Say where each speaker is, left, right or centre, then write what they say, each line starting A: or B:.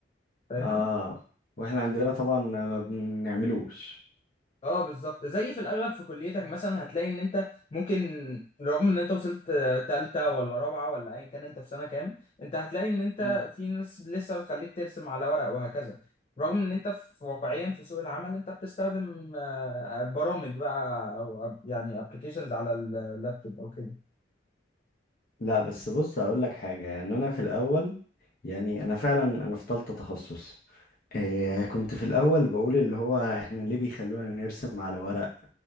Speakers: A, on the left; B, on the left.
A: فاهمني
B: اه واحنا عندنا طبعا ما بنعملوش
A: اه بالظبط زي في الاغلب في كليتك مثلا هتلاقي ان انت ممكن رغم ان انت وصلت آه، تالتة ولا رابعة ولا ايا كان انت في سنة كام انت هتلاقي ان انت
B: مم.
A: في ناس لسه بتخليك ترسم على ورق وهكذا رغم ان انت في واقعيا في سوق العمل انت بتستخدم آه، برامج بقى او أب- يعني ابلكيشنز على اللابتوب او كده
B: لا بس بص هقول لك حاجه يعني انا في الاول يعني انا فعلا انا في تالتة تخصص إيه كنت في الاول بقول اللي هو احنا ليه بيخلونا نرسم على ورق